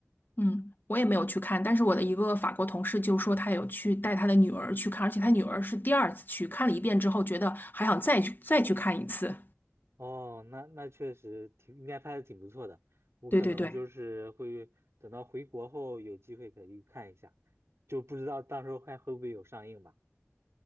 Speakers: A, on the left; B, on the right.
A: 嗯，我也没有去看，但是我的一个法国同事就说他有去带他的女儿去看，而且他女儿是第二次去看了一遍之后，觉得还想再去再去看一次。
B: 哦，那那确实挺应该拍的挺不错的，我可能就是会等到回国后有机会可以去看一下，
A: 对对对，
B: 就不知道到时候还会不会有上映吧？